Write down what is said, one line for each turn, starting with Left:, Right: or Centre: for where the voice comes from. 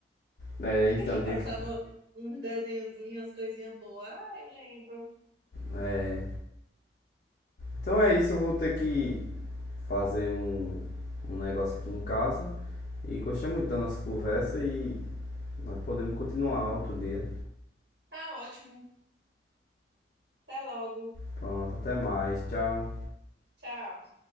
Left: É,
Right: <laughs>
Left: então,
Right: Que
Left: tinha
Right: passava
Left: que.
Right: uns desenhozinhos, umas coisinhas boas. Ah, eu lembro.
Left: É. Então é isso, eu vou ter que fazer um, um negócio aqui em casa. E gostei muito da nossa conversa e nós podemos continuar outro dia.
Right: Tá ótimo. Até logo.
Left: Pronto, até mais. Tchau.
Right: Tchau.